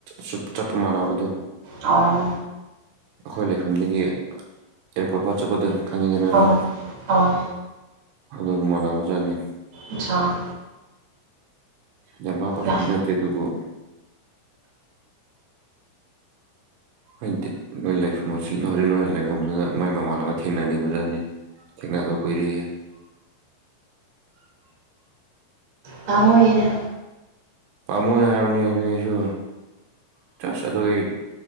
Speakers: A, on the right; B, on the right.
A: ꯁꯨꯝ ꯆꯠꯄ ꯃꯥꯟꯅꯕꯗꯣ
B: ꯑꯣ
A: ꯑꯩꯈꯣꯏ ꯂꯩꯐꯝꯗꯒꯤ ꯑꯦꯌꯥꯔꯄꯣꯔꯠ ꯐꯥꯎ ꯆꯠꯄꯗꯣ ꯈꯪꯉꯤꯗꯅꯀꯣ
B: ꯑꯪ ꯑꯪ
A: ꯑꯗꯨꯒ ꯃꯥꯅꯥꯕꯖꯥꯠꯅꯤ
B: ꯑꯥꯁꯥ
A: ꯌꯥꯝ ꯂꯥꯞꯄꯁꯨꯗꯤ
B: ꯂꯥ
A: ꯅꯠꯇꯦ ꯑꯗꯨꯕꯨ ꯍꯥꯏꯗꯤ ꯅꯣꯏ ꯂꯩꯐꯝ ꯍꯧꯖꯤꯛ ꯅꯣꯏ ꯂꯩꯐꯝꯗꯨꯗ ꯃꯥꯏ ꯃꯃꯥꯟꯅꯕ ꯊꯦꯡꯅꯅꯤꯡꯕꯖꯥꯠꯅꯤ ꯊꯦꯡꯅꯗ ꯀꯨꯏꯔꯦꯌꯦ
B: ꯄꯥꯝꯃꯨꯏꯌꯦꯗ
A: ꯄꯥꯝꯃꯣꯏ ꯍꯥꯏꯕꯅꯤ ꯑꯗꯨꯅꯦ ꯑꯩꯁꯨ ꯇꯁ ꯑꯗꯨꯗꯩ